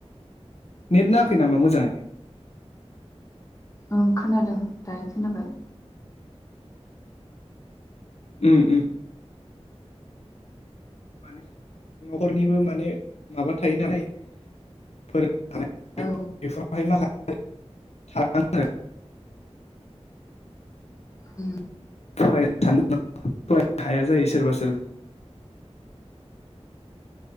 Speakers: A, on the left (about 70°); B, on the left (about 30°).
A: नेट नाङाखै नामा मोजाङै
B: ओं खोनादों दायो खोनाबाय
A: उ उ माने न'खरनिबो माने माबा थायो नालाय फोर बेफोरावहाय
B: औ
A: माखासे <unintelligible>
B: उ
A: फरायनो सानो फरायनो हाया जायो सोरबा सोरबा